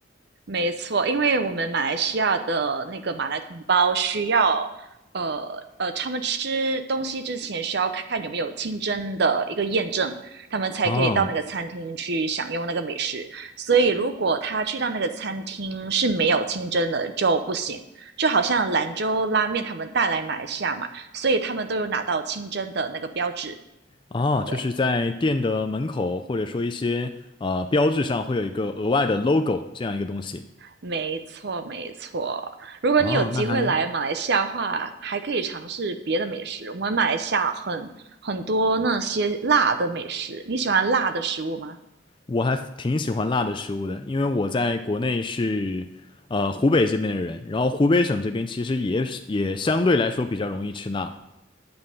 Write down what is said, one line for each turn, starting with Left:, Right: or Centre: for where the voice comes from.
Right: 没错，因为我们马来西亚的那个马来同胞需要，呃呃，他们吃东西之前需要看有没有清真的一个验证，他们才可以到那个餐厅去享用那个美食。
Left: 哦
Right: 所以如果他去到那个餐厅是没有清真的就不行。就好像兰州拉面他们带来马来西亚嘛，所以他们都有拿到清真的那个标志。
Left: 哦，
Right: 对，
Left: 就是在店的门口或者说一些呃标志上会有一个额外的 logo 这样一个东西。
Right: 没错，没错。如果你有机会来马来西亚的话，
Left: 哦，那还
Right: 还可以尝试别的美食。我们马来西亚很很多那些辣的美食，你喜欢辣的食物吗？
Left: 我还挺喜欢辣的食物的，因为我在国内是呃湖北这边的人，然后湖北省这边其实也是也相对来说比较容易吃辣。